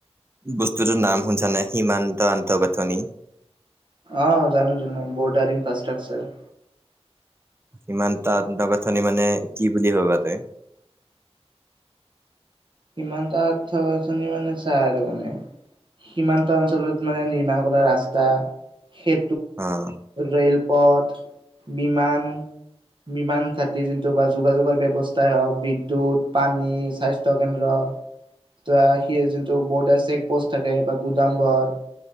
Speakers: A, on the right; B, on the right.
A: বস্তুটো নাম শুনিছানে? হিমানন্ত আন্তঃগথনি।
B: অ', জানো, জানো বৰ্ডাৰিং ফ্ৰাষ্ট্ৰটাকচাৰ।
A: ইমান তাত গাঁথনি মানে কি বুলি ভাবাতে?
B: হিমানন্ত আন্তঃগাঁথনি মানে চা আৰু মানে। কিমানটা অঞ্চলত মানে নিৰ্মাণ কৰা ৰাস্তা খ
A: অহ',।
B: ৰেলপথ বিমান। বিমান ঘাটি যোনটো বা যোগাযোগৰ ব্যৱস্থাই হওঁক বিদ্যুত পানী স্বাস্থ <unintelligible> কেন্দ্ৰ। প্ৰায় সি যোনটো বৰ্ডাৰ চেক পোষ্ট থাকে বা গুদাম ঘৰ।